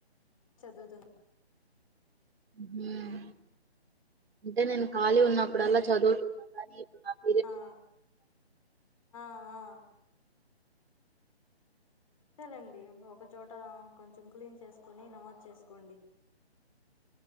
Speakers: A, on the left; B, on the right.
A: చదువుతున్
B: మ్ అంటే నేను ఖాళీగ ఉన్నప్పుడళ్ళ చదువుతున్నాను కానీ ఇప్పుడు నాకు
A: అ ఆ ఆ టరండి ఒకచోట కొంచెం క్లీన్ చేసుకొని నమాోజ్ చేసుకోండి